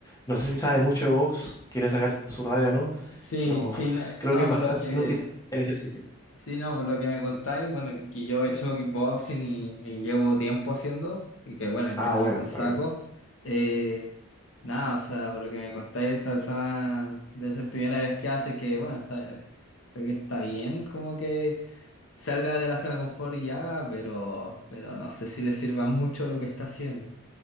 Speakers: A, on the left; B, on the left.
A: No sé si sabe mucho de box, quiere sacar su radio o no,
B: Sí,
A: pero
B: sí,
A: <laughs>
B: no,
A: creo
B: no,
A: que es bastante
B: por lo que...
A: inútil el ejercicio.
B: Sí, no, por lo que me contáis, bueno, que yo he hecho kickboxing y, y llevo tiempo haciendo, y que bueno, he entrenado
A: Ah, buena,
B: con saco.
A: bacán.
B: eh, nada, o sea, por lo que me contáis, esta persona debe ser primera vez que hace que, bueno, está, creo que está bien, como que salga de la zona de confort y haga, pero, pero no sé si le sirva mucho lo que está haciendo.